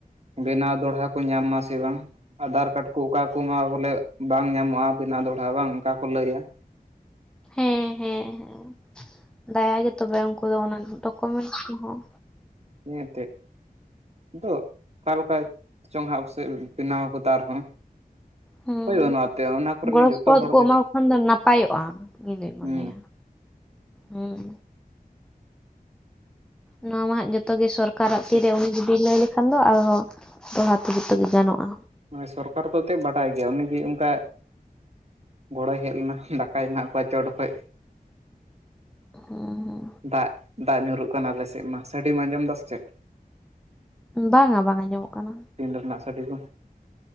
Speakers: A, on the right (about 45°); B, in the centre.
A: ᱵᱮᱱᱟᱣ ᱫᱚᱲᱦᱟ ᱠᱚ ᱧᱟᱢ ᱢᱟ ᱥᱮ ᱵᱟᱝ? ᱟᱫᱷᱟᱨ ᱠᱟᱨᱰ ᱠᱚ ᱚᱠᱟ ᱠᱚᱢᱟ ᱵᱚᱞᱮ ᱵᱟᱝ ᱧᱟᱢᱚᱜᱼᱟ ᱵᱮᱱᱟᱣ ᱫᱚᱦᱟ ᱵᱟᱝ ᱚᱱᱠᱟ ᱠᱚ ᱞᱟᱹᱭᱟ᱾
B: ᱦᱮᱸ ᱦᱮᱸ, ᱫᱟᱭᱟ ᱜᱮ ᱛᱚᱵᱮ ᱩᱱᱠᱩ ᱫᱚ ᱚᱱᱟ ᱰᱚᱠᱢᱮᱱᱴ ᱠᱚᱦᱚᱸ
A: ᱱᱤᱦᱟᱹ ᱛᱮ᱾ ᱱᱤᱛᱳᱜ ᱚᱠᱟᱞᱮᱠᱟ ᱪᱚᱝ ᱦᱟ ᱩᱥᱟᱹᱫ ᱵᱮᱱᱟᱣ ᱟᱠᱟᱫᱟ ᱟᱨᱦᱚᱸ᱾
B: ᱦᱮᱸ᱾
A: ᱩᱯᱟᱹᱭ ᱵᱟᱹᱱᱩᱜᱼᱟ ᱮᱱᱛᱮ ᱚᱱᱟ ᱠᱚᱨᱮᱱᱤᱡ
B: ᱜᱚᱲᱚᱥᱚᱯᱚᱦᱚᱫ
A: ᱡᱚᱛᱚ ᱦᱚᱲ
B: ᱠᱚ
A: ᱜᱮ
B: ᱮᱢᱟᱠᱚ ᱠᱷᱟᱱ ᱫᱚ ᱱᱟᱯᱟᱭᱚᱜᱼᱟ᱾ ᱤᱧ ᱫᱩᱧ ᱢᱚᱱᱮᱭᱟ᱾
A: ᱦᱩᱸ
B: ᱦᱩᱸ᱾ ᱱᱚᱣᱟ ᱢᱟᱜ ᱡᱚᱛᱚ ᱜᱮ ᱥᱚᱨ ᱠᱟᱨᱟᱜ
A: ᱟᱞᱮᱥᱮᱫ
B: ᱛᱤᱨᱮ, ᱩᱱᱤ ᱡᱩᱫᱤᱭ ᱞᱟᱹᱭ ᱞᱮᱠᱷᱟᱱ ᱫᱚ ᱟᱨᱦᱚᱸ ᱫᱚᱲᱦᱲᱟ ᱛᱮ ᱡᱚᱛᱚ ᱜᱮ ᱜᱟᱱᱚᱜᱼᱟ᱾
A: ᱢᱟᱱᱮ ᱥᱚᱨᱠᱟᱨ ᱫᱚ ᱛᱮᱫ ᱵᱟᱰᱟᱭ ᱜᱮᱭᱟ᱾ ᱩᱱᱤᱜᱮ ᱚᱱᱠᱟ ᱜᱚᱲᱚᱭ ᱦᱮᱪ ᱫᱟᱠᱟᱭ ᱮᱢᱟᱭ ᱠᱚᱣᱟ ᱪᱚᱴ ᱠᱷᱚᱡ᱾
B: ᱦᱩᱸᱻ
A: ᱫᱟᱜ, ᱫᱟᱜ ᱧᱩᱨᱩᱜ ᱠᱟᱱᱟ ᱟᱞᱮᱥᱮᱫ ᱢᱟ ᱥᱟᱰᱮᱢ ᱟᱸᱡᱚᱢ ᱫᱟ ᱥᱮᱪᱮᱫ?
B: ᱵᱟᱝᱟ ᱵᱟᱝ ᱟᱸᱡᱚᱢᱚᱜ ᱠᱟᱱᱟ᱾
A: ᱛᱤᱱ ᱰᱚᱠ ᱨᱮᱱᱟᱜ ᱥᱟᱰᱮ ᱠᱚ᱾